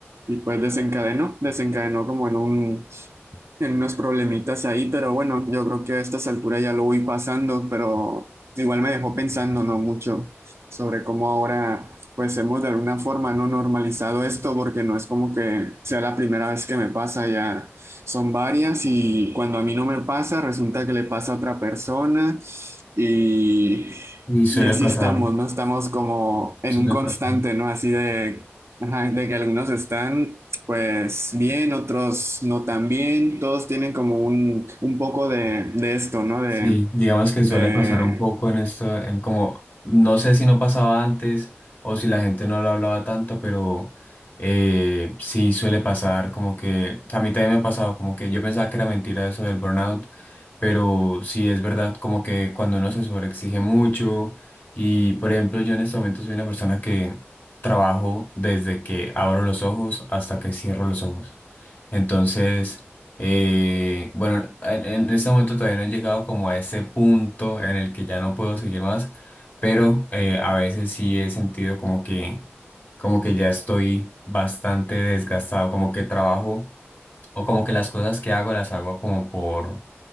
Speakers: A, on the right; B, on the left.
A: y pues desencadenó, desencadenó como en un en unos problemitas ahí, pero bueno, yo creo que a estas alturas ya lo voy pasando, pero igual me dejó pensando, ¿no? Mucho sobre cómo ahora, pues hemos de alguna forma no normalizado esto, porque no es como que sea la primera vez que me pasa, ya son varias y cuando a mí no me pasa, resulta que le pasa a otra persona y,
B: Y suele
A: y así
B: pasar,
A: estamos, ¿no? Estamos como en
B: suele
A: un constante,
B: pasar.
A: ¿no? Así de... Ajá, de que algunos están pues bien, otros no tan bien, todos tienen como un, un poco de, de esto, ¿no? De,
B: Sí, digamos que
A: de
B: suele pasar un poco en esto, en como, no sé si no pasaba antes o si la gente no lo hablaba tanto, pero eh, sí suele pasar como que, a mí también me ha pasado como que yo pensaba que era mentira eso del burnout, pero sí es verdad como que cuando uno se sobreexige mucho y por ejemplo yo en este momento soy una persona que trabajo desde que abro los ojos hasta que cierro los ojos. Entonces... Eh, bueno, en, en este momento todavía no he llegado como a ese punto en el que ya no puedo seguir más, pero eh, a veces sí he sentido como que, como que ya estoy bastante desgastado, como que trabajo o como que las cosas que hago las hago como por,